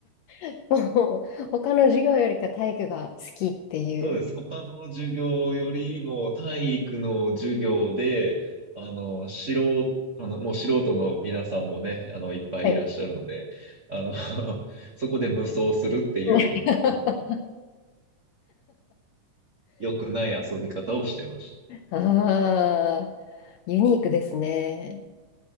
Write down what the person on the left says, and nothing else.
<laughs> もう他の授業よりか体育が好きっていう。
はい。
<laughs>
ああユニークですね。